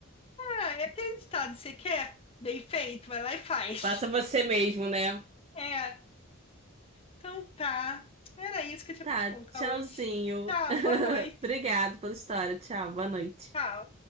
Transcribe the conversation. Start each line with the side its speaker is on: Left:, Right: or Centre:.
Left: Ah, é aquele ditado, você quer? Bem feito, vai lá e faz.
Right: Passa você mesmo, né?
Left: É, então tá. Era isso que eu tinha
Right: Tá,
Left: pra te contar
Right: tchauzinho.
Left: hoje. Tchau,
Right: <laughs>
Left: boa noite.
Right: Obrigado pela história. Tchau, boa noite.
Left: Tchau.